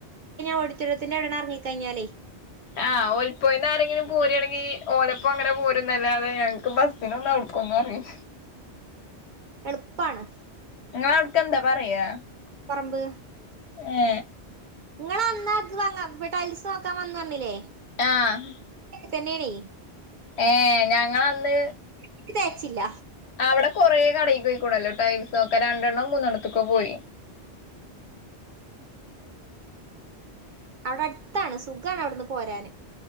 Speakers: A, on the right; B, on the left.
A: ഓഡിറ്റോറിയത്തിന്റെ അവടെ ണ്ട് എറങ്ങി കയ്ഞ്ഞാല്
B: ആ ഒൽ പൊയിന്നാരെങ്കിലും പോരാണെങ്കി ഓലപ്പങ്ങനെ പോരുംന്നല്ലാതെ ഞങ്ങക്ക് ബസ്സിന് അവ്ട്ക്കൊന്നറീല
A: എളുപ്പാണ്
B: ങ്ങളാട്ക്കെന്താ പറയാ
A: പറമ്പ്
B: എ
A: നിങ്ങളാന്ന് അ ത് വാങ്ങ വടെ അയ്സ് നോക്കാൻ വന്നുർഞ്ഞിലേ
B: ആഹ്
A: തെന്നേണെ
B: ഏ ഞങ്ങളന്ന്
A: ഇത് തേച്ചില്ല
B: അവടെ കൊറേ കടേക്ക് പോയ്ക്കൂണല്ലോ ടൈൽ സോക്കാന് രണ്ടെണ്ണം മൂന്നെണ്ണത്ത്ക്കോ പോയി
A: അവടെ അട്ത്താണ് സുഖാണ് അവ്ട്ന്ന് പോരാന്